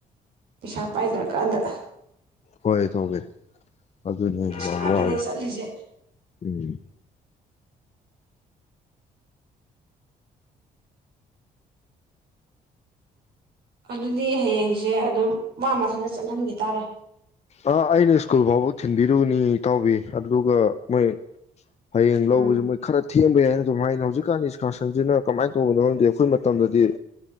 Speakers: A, on the right; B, on the left.
A: ꯄꯩꯁꯥ ꯄꯥꯏꯖꯔꯀꯥꯟꯗ
B: ꯍꯣꯏ ꯊꯣꯛꯒꯦ ꯑꯗꯨ ꯑꯗꯨꯅꯦ
A: ꯄꯩꯁꯥ ꯉꯥꯛꯇꯅꯦ
B: ꯌꯥꯏ
A: ꯆꯠꯂꯤꯁꯦ
B: ꯎꯝ
A: ꯑꯗꯨꯗꯤ ꯍꯌꯦꯡꯁꯦ ꯑꯗꯨꯝ ꯋꯥ ꯃꯊꯟꯇ ꯆꯠꯍꯟꯈꯤ ꯇꯥꯔꯦ
B: ꯑꯥ ꯑꯩꯅ ꯁ꯭ꯀꯨꯜ ꯐꯥꯎꯕ ꯊꯤꯟꯕꯤꯔꯨꯕꯅꯤ ꯏ ꯇꯥꯎꯕꯤ ꯑꯗꯨꯒ ꯃꯣꯏ ꯍꯌꯦꯡ ꯂꯧꯕꯁꯦ
A: ꯎꯝ
B: ꯃꯣꯏ ꯈꯔ ꯊꯦꯝꯕ ꯌꯥꯏꯅ ꯑꯗꯨꯝ ꯍꯥꯏꯅ ꯍꯧꯖꯤꯛꯀꯥꯟꯗꯤ ꯏꯁꯀꯥꯔꯁꯟꯁꯤꯅ ꯀꯃꯥꯏꯅ ꯇꯧꯕꯅꯣꯗꯤ ꯑꯩꯈꯣꯏ ꯃꯇꯝꯗꯗꯤ